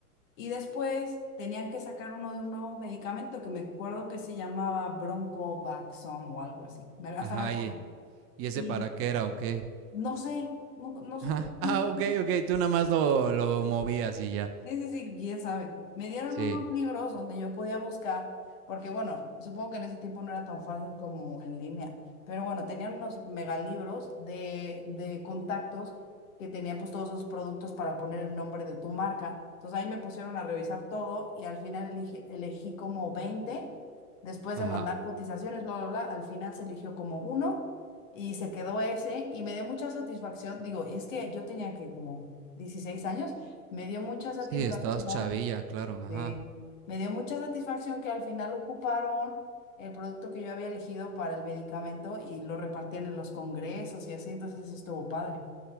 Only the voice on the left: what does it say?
Y después tenían que sacar uno de un nuevo medicamento que me acuerdo que se llamaba Bronco Baxom o algo así. Me- Hasta
me acuerdo.
Y
no sé, no, no soy.
<laughs>
Sí, sí, sí, quién sabe. Me dieron
unos libros donde yo podía buscar, porque bueno, supongo que en ese tiempo no era tan fácil como en línea, pero bueno, tenían unos megalibros de, de contactos que tenían pues todos esos productos para poner el nombre de tu marca. Entonces ahí me pusieron a revisar todo y al final elige- elegí como 20 después
de mandar cotizaciones, bla, bla, bla, al final se eligió como uno y se quedó ese y me dio mucha satisfacción. Digo, es que yo tenía que como 16 años. Me dio mucha satisfacción,
sí. Me dio mucha satisfacción que al final ocuparon el producto que yo había elegido para el medicamento y lo repartían en los congresos y así, entonces eso estuvo padre.